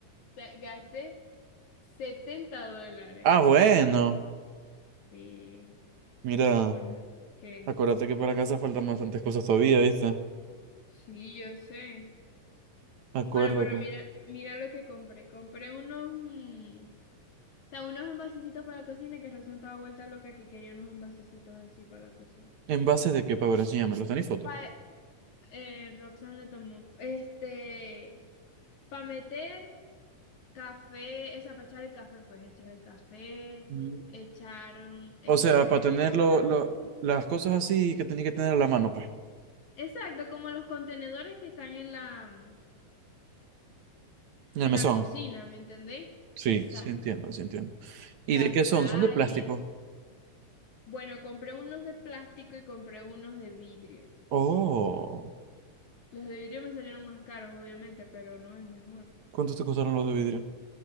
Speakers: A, on the left; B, on the right.
A: Ga- Gasté 70 dólares.
B: Ah, bueno.
A: Sí,
B: Mira,
A: bueno, ¿qué?
B: acuérdate que para casa faltan bastantes cosas todavía, ¿viste?
A: Sí, yo sé.
B: Acuérdate.
A: Bueno, pero mira, mira lo que compré. Compré unos. mm, O sea, unos envasecitos para la cocina que Roxanne estaba vuelta loca que quería unos envasecitos así para la cocina.
B: ¿En base de qué? Para ver, enséñame, ¿los tenéis fotos?
A: Pa, eh, Roxanne le tomó, este, para meter café, esa, para echar el café, pues echar el café,
B: Mm.
A: echaron, este,
B: O sea, para tener lo-
A: el azúcar.
B: lo- las cosas así que tenéis que tener a la mano, pues.
A: Exacto, como los contenedores que están en la, en
B: En el
A: la
B: mesón.
A: cocina, ¿me entendéis?
B: Sí,
A: Exacto,
B: sí entiendo, sí entiendo. ¿Y
A: la
B: de qué
A: sal
B: son? ¿Son de plástico?
A: y eso. Bueno, compré unos de plástico y compré unos de vidrio.
B: Oh,
A: Los de vidrio me salieron más caros, obviamente, pero no es mejor.
B: ¿cuántos te costaron los de vidrio?